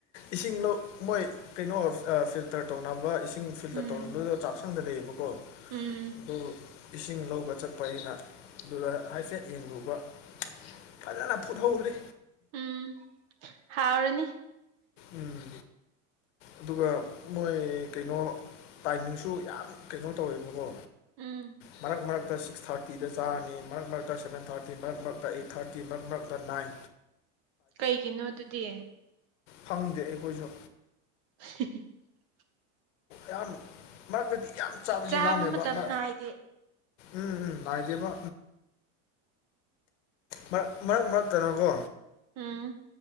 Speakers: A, on the left (about 75°); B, on the right (about 40°).
A: ꯏꯁꯤꯡꯗꯣ ꯃꯣꯏ ꯀꯩꯅꯣ ꯐꯤꯜꯇꯔ ꯇꯧꯅꯕ ꯏꯁꯤꯡ ꯐꯤꯜꯇꯔ
B: ꯎꯝ
A: ꯇꯧꯔꯝꯝꯕꯗꯨꯗ ꯆꯥꯛꯁꯪꯗ ꯂꯩꯌꯦꯕꯀꯣ
B: ꯎꯝ
A: ꯑꯗꯨꯗꯣ ꯏꯁꯤꯡ ꯂꯧꯕ ꯆꯠ ꯑꯩꯅꯗ ꯍꯥꯏꯐꯦꯠ ꯌꯦꯡꯂꯨꯕ ꯐꯖꯅ ꯐꯨꯠꯍꯧꯔꯤ
B: ꯎꯝ ꯍꯥꯎꯔꯅꯤ
A: ꯎꯝ ꯑꯗꯨꯒ ꯃꯣꯏ ꯀꯩꯅꯣ ꯇꯥꯏꯃꯤꯡꯁꯨ ꯌꯥꯝ ꯀꯩꯅꯣ ꯇꯧꯋꯦꯕꯀꯣ
B: ꯎꯝ
A: ꯃꯔ ꯃꯔ ꯃꯔꯛꯇ ꯁꯤꯛꯁ ꯊꯥꯔꯇꯤꯗ ꯆꯥꯔꯅꯤ ꯃꯔꯛ ꯃꯔꯛꯇ ꯁꯕꯦꯟ ꯊꯥꯔꯇꯤ ꯃꯔꯛ ꯃꯔꯛꯇ ꯑꯩꯠ ꯊꯥꯔꯇꯤ ꯃꯔꯛ ꯃꯔꯛꯇ ꯅꯥꯏꯟ
B: ꯀꯩꯒꯤꯅꯣ ꯑꯗꯨꯗꯤ
A: ꯐꯪꯗꯦ ꯑꯩꯈꯣꯏꯁꯨ
B: <inaudible>
A: ꯌꯥꯝꯝ ꯃꯔꯛꯇꯗꯤ ꯌꯥꯝ ꯆꯥꯕꯁꯤꯦ
B: ꯆꯥꯕ
A: ꯂꯥꯝꯃꯦꯕ
B: ꯃꯇꯝ
A: ꯎꯝ
B: ꯅꯥꯏꯗꯦ
A: ꯎꯝ ꯅꯨꯡꯉꯥꯏꯗꯦꯕ ꯃꯔꯛ ꯃꯔꯛ ꯃꯔꯛꯇꯅꯀꯣ
B: ꯎꯝ